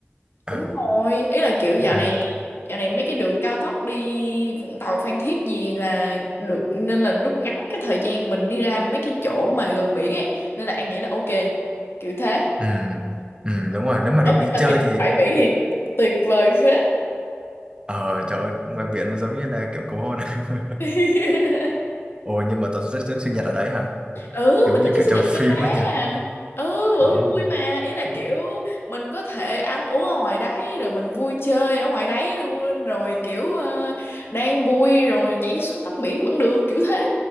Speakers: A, on the left (about 60°); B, on the right (about 20°).
A: đúng
B: ừ
A: rồi. Ý là kiểu dạo
B: ừ
A: này dạo này mấy cái đường cao tốc đi Vũng Tàu Phan Thiết gì là được nên là rút ngắn cái thời gian mình đi ra mấy cái chỗ mà gần biển ấy nên là An nghĩ là ok kiểu thế
B: ừ ừ đúng rồi nếu mà
A: Đấy,
B: rủ đi
A: nhưng mà
B: chơi
A: tiệc
B: thì
A: bãi biển thì tuyệt vời phết
B: ờ trời ơi, ngoài biển nó giống như là kiểu cầu hôn <laughs>
A: <laughs>
B: ồ nhưng mà tao sẽ xếp sinh nhật ở đấy hả Ủa,
A: ừ
B: giống
A: mình
B: như
A: tổ chức
B: kiểu
A: sinh
B: trong
A: nhật
B: phim
A: được mà
B: ấy nha
A: ừ vẫn
B: ờ
A: vui mà ý là
B: ờ,
A: kiểu mình có thể ăn uống ở ngoài đấy rồi mình vui chơi ở ngoài đấy luôn rồi kiểu ờ, đang vui rồi nhảy xuống tắm biển vẫn được kiểu thế